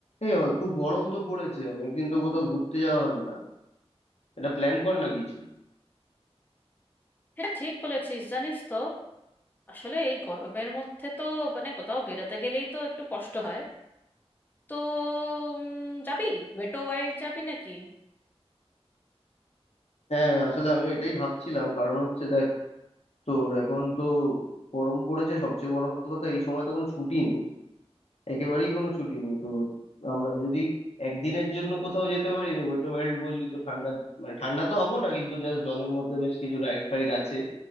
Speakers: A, on the left (about 75°); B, on the left (about 15°).
A: এই অ- খুব গরম তো পড়েছে অনেকদিন তো কোথাও ঘুরতে যাওয়া হয় না এটা প্ল্যান কর না কিছু
B: এটা ঠিক বলেছিস জানিস তো আসলে এই গরমের মধ্যে তো মানে কোথাও বেরোতে গেলেই তো একটু কষ্ট হয় তো উম, যাবি ওয়েটো ওয়াইল্ড যাবি নাকি
A: হ্যাঁ আসলে আমি এটাই ভাবছিলাম কারণ হচ্ছে দেখ তোর এখন তো গরম পড়েছে সবচেয়ে বড় কথা এই সময় তো কোনো ছুটি নেই একেবারেই কোনো ছুটি নেই তো আমরা যদি একদিনের জন্য কোথাও যেতে পারি তো ওয়েট ওয়ার্ল্ড বললি তো ঠান্ডা মানে ঠান্ডা তো হবো না কিন্তু জাস্ট জলের মধ্যে বেশ কিছু রাইড ফাইড আছে